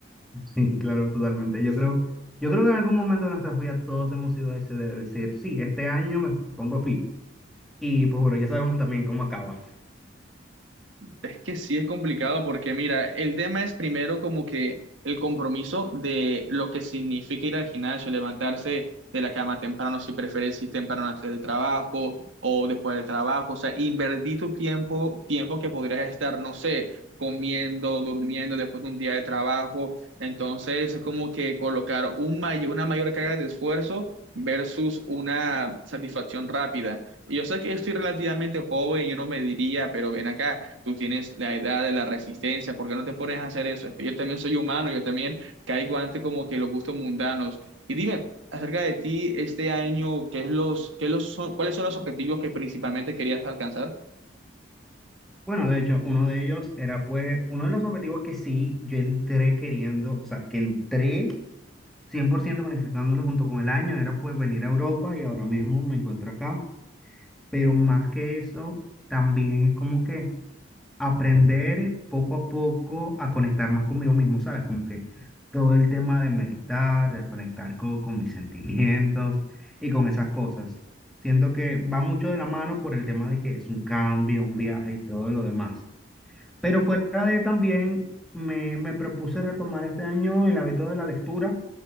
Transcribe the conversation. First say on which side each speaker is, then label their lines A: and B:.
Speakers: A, in the centre; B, on the right (about 80°).
A: Sí, claro, totalmente. Yo creo, yo creo que en algún momento de nuestras vidas todos hemos sido ese de decir, sí, este año me pongo fit. Y pues bueno, ya sabemos también cómo acaba.
B: Es que sí es complicado porque, mira, el tema es primero como que el compromiso de lo que significa ir al gimnasio, levantarse de la cama temprano, si prefieres, si temprano antes del trabajo o después del trabajo, o sea, invertir tu tiempo, tiempo que podrías estar, no sé, comiendo, durmiendo después de un día de trabajo. Entonces, es como que colocar un may- una mayor carga de esfuerzo versus una satisfacción rápida. Y yo sé que estoy relativamente joven, yo no me diría, pero ven acá tú tienes la edad de la resistencia, ¿por qué no te pones a hacer eso? Es que yo también soy humano, yo también caigo ante como que los gustos mundanos. Y dime, acerca de ti este año, ¿qué es los, qué los son, cuáles son los objetivos que principalmente querías alcanzar?
A: Bueno, de hecho, uno de ellos era pues uno de los objetivos que sí yo entré queriendo, o sea, que entré 100% planificándolo junto con el año, era pues venir a Europa y ahora mismo me encuentro acá. Pero más que eso, también es como que aprender poco a poco a conectar más conmigo mismo, ¿sabes? Como que todo el tema de meditar, de conectar co- con, mis sentimientos y con esas cosas. Siento que va mucho de la mano por el tema de que es un cambio, un viaje y todo lo demás. Pero fuera de también, me, me propuse retomar este año el hábito de la lectura,